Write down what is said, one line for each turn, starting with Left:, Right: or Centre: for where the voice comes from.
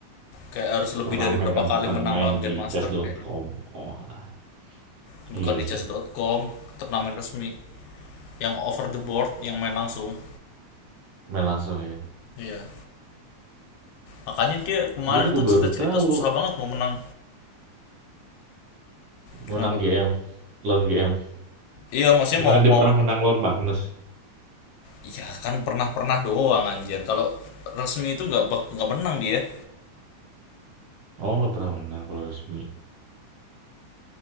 Left: Kayak harus lebih
Right: turnamen
Left: dari berapa
Right: kan,
Left: kali
Right: bukan
Left: menang
Right: main
Left: lawan Grandmaster
Right: di chess.com.
Left: kayaknya.
Right: Oh alah,
Left: Bukan
Right: iya
Left: di
Right: sih.
Left: chess.com, turnamen resmi. Yang over the board, yang main langsung.
Right: Main langsung ya.
Left: Iya. Makanya dia kemarin
Right: Gue juga
Left: tuh cerita-cerita
Right: baru tahu
Left: susah banget mau menang. Kenapa?
Right: menang GM, lawan GM.
Left: Iya, maksudnya
Right: Bukannya
Left: mau
Right: dia
Left: mau
Right: pernah menang lawan Magnus.
Left: ya kan pernah-pernah doang anjir. Kalau resmi itu nggak bak- nggak menang dia.
Right: Oh, nggak pernah menang kalau resmi.